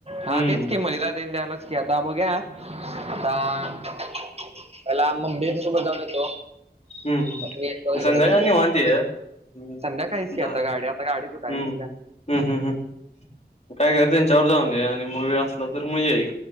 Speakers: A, on the right; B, on the left.
A: हा
B: हम्म
A: तेच की मलिदा तेन द्यायला की आता बघूया आता पहिला मम्मी त्यांच्यासोबत जाऊन येतो
B: हम्म
A: मग मी येतो इकडे
B: संध्याकाळी
A: जाऊन
B: निवांत
A: येतो
B: ये हम्म
A: संध्याकाळीच की
B: जा
A: आता
B: हम्म
A: गाडी आता गाडी कुठं आहेस त्या
B: हम्म हम्म हम् काय कर त्यांच्याबरोबर जाऊन ये आणि मग वेळ असला तर मग येई